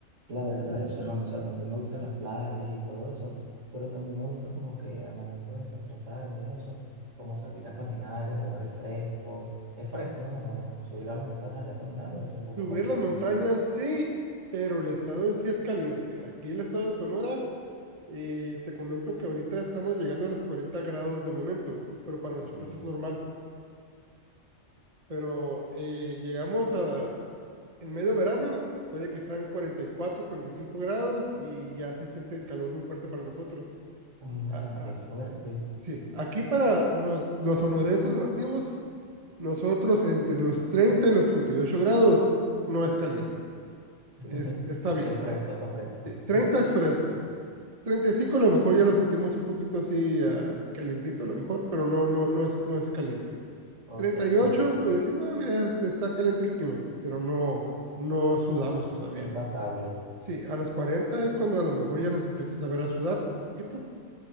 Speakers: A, on the right; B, on the right.
A: La verdad, eso, hermano, o sea, también me gustan las playas y todo eso, pero también me gusta como que al momento de desestresarme y eso, como salir a caminar en lugares frescos. Es fresco, hermano, subir a las montañas allá a caminar o es un poco
B: Subir
A: caluroso.
B: las montañas, sí, pero el estado en sí es caliente. Aquí el estado de Sonora, eh, te comento que ahorita estamos llegando a los 40 grados de momento, pero para nosotros
A: Uy,
B: es normal. Pero eh, llegamos a, En medio verano puede que están 44, 45 grados y ya se siente el calor muy fuerte para nosotros.
A: uy, bastante
B: Ah, ah,
A: fuerte.
B: sí, aquí para los, los sonorenses, los nativos, nosotros entre los 30 y los 38 grados no es caliente.
A: <laughs>
B: Es- está bien.
A: Es fresco, está fresco.
B: Sí, 30 es fresco. treinta y cinco a lo mejor ya lo sentimos un poquito así ah, calientito a lo mejor, pero no, no, no es, no es caliente.
A: Ok,
B: Treinta y ocho
A: ok,
B: pues decimos, ah, mira, está caliente el clima, pero no, no sudamos todavía.
A: es pasable.
B: Sí, a los 40 es cuando a lo mejor ya nos empiezas a ver a sudar un poquito,